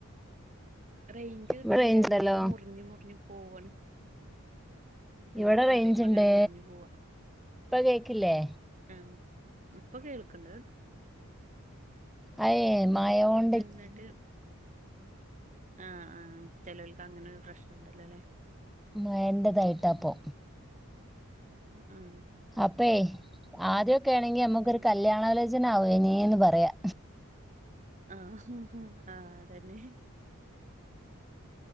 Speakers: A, on the right; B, in the centre.
A: റേഞ്ച് കിട്ടണില്ല
B: ഇവിടെ റേഞ്ച്
A: നിങളുടേത്
B: ഉണ്ടല്ലോ
A: മുറിഞ്ഞ് മുറിഞ്ഞ് പോവാണ് ഇങ്ങള്
B: ഇവിടെ റേഞ്ച്
A: പറയുമ്പോ
B: ഇണ്ട്.
A: അങ്ങനെ മുറിഞ്ഞു പോവാ
B: ഇപ്പൊ കേക്കില്ലേ?
A: ആ ഇപ്പൊ കേൾക്കണ്ട്
B: അയെ മായോൺ
A: എന്നിട്ട് ആ ആ ചിലവർക്ക് അങ്ങനെ ഒരു പ്രശ്നുണ്ടല്ലോ അല്ലെ?
B: മഴണ്ണ്ടാതായിട്ടാപ്പൊ
A: ആഹ്.
B: അപ്പേ ആദ്യോക്കെ ആണെങ്കി നമുക്കൊരു
A: ഉം
B: കല്യാണലോചന ആവുനി പറയാ.
A: ആഹ ഹുംഹും ആ തന്നെ.